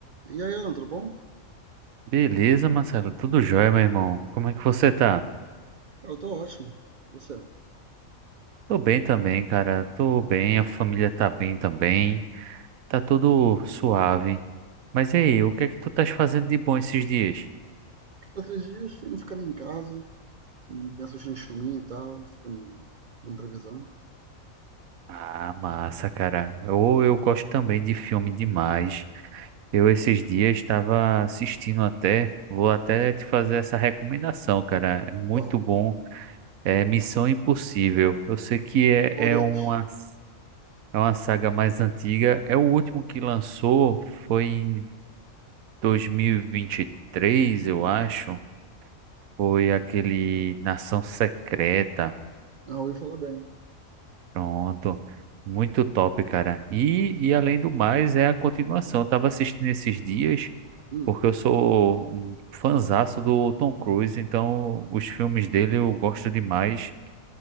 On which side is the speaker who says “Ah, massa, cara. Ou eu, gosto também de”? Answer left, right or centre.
Right